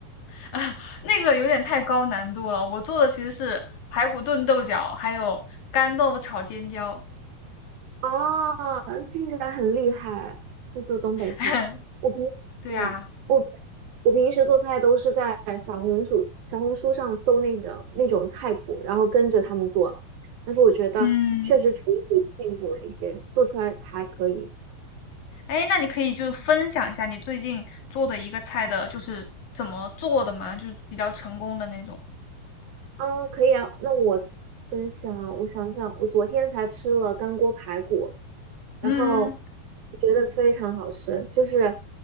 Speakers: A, on the left (about 60°); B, on the right (about 70°).
A: <laughs> 啊，那个有点太高难度了。我做的其实是排骨炖豆角，还有干豆腐炒尖椒。
B: 哦，听起来很厉害，会做东北菜。
A: <laughs>
B: 我平，
A: 对呀，
B: 嗯，我我平时做菜都是在小红书小红书上搜那个那种菜谱，然后跟着他们做。但是我觉得确实厨艺进步了一些，
A: 嗯。
B: 做出来还可以。
A: 哎，那你可以就是分享一下你最近做的一个菜的，就是怎么做的吗？就是比较成功的那种。
B: 嗯，可以啊。那我分享啊，我想想，我昨天才吃了干锅排骨，然后
A: 嗯，
B: 我觉得非常好吃。就是